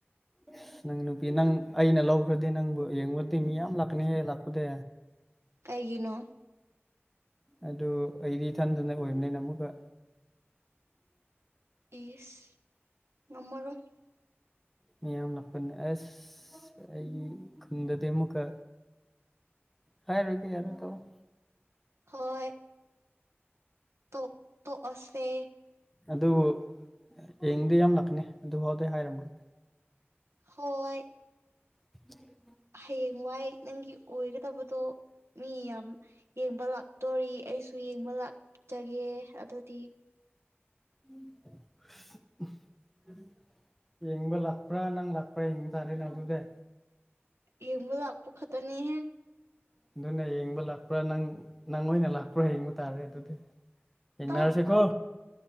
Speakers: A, in the centre; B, on the right.
A: ꯑꯁ ꯅꯪ ꯅꯨꯄꯤ ꯅꯪ ꯑꯩꯅ ꯂꯧꯈ꯭ꯔꯗꯤ ꯅꯪꯕꯨ ꯌꯦꯡꯕꯗꯤ ꯃꯤ ꯌꯥꯝ ꯂꯥꯛꯀꯅꯤꯍꯦ ꯂꯥꯛꯄꯗꯤ
B: ꯀꯥꯏꯒꯤꯅꯣ
A: ꯑꯗꯨ ꯑꯩꯗꯤ ꯏꯊꯟꯗꯅ ꯑꯣꯏꯕꯅꯤꯅ ꯑꯃꯨꯛꯀ
B: ꯏꯤꯁ ꯉꯝꯃꯔꫭꯏ
A: ꯃꯤꯌꯥꯝꯅꯄꯟꯅ ꯑꯁ ꯑꯩꯒꯤ ꯈꯨꯟꯗꯗꯤ ꯑꯃꯨꯛꯀ ꯍꯔꯔꫭꯒ‌ꯦ ꯌꯥꯔꯦ ꯊꯝꯃꫭ
B: ꯍꯣꯏ ꯇꯣ ꯇꫭꯛ ꯑꯁꯦ
A: ꯑꯗꯨꯕꯨ ꯌꯦꯡꯗꯤ ꯌꯥꯝ ꯂꯛꯀꯅꯤ ꯑꯗꯨ ꯍꯐꯥꯎꯗꯤ ꯍꯥꯏꯔꯝꯃꯒꯦ
B: ꯍꯣꯏ
A: ꯎꯝ <unintelligible>
B: ꯍꯌꯦꯡꯡ ꯋꯥꯏ ꯅꯪꯒꯤ ꯑꯣꯏꯒꯗꯕꯗꯣ ꯃꯤ ꯌꯥꯝ ꯌꯦꯡꯕ ꯂꯥꯛꯇꯣꯔꯤ ꯑꯩꯁꯨ ꯌꯦꯡꯕ ꯂꯥꯛꯆꯒꯦ ꯑꯗꯨꯗꯤ
A: ꯎꯝ <unintelligible> ꯌꯦꯡꯕ ꯂꯥꯛꯄ꯭ꯔꯥ ꯅꯪ ꯂꯥꯛꯄ꯭ꯔꯥ ꯌꯦꯡꯕ ꯇꯥꯔꯦ ꯅꯪ ꯑꯗꯨꯗ
B: ꯌ‌ꯦꯡꯕ ꯂꯛꯄꯥ ꯈꯛꯇꯅꯤꯍ‌ꯦ
A: ꯑꯗꯨꯅ ꯌꯦꯡꯕ ꯂꯥꯛꯄ꯭ꯔꯥ ꯅꯪ ꯅꯪ ꯑꯣꯏꯅ ꯂꯥꯛꯄ꯭ꯔꯥ ꯌꯦꯡꯕ ꯇꯥꯔꯦ ꯑꯗꯨꯗꯤ ꯌꯦꯅꯔꯁꯦ
B: ꯇꯠ
A: ꯀꯣ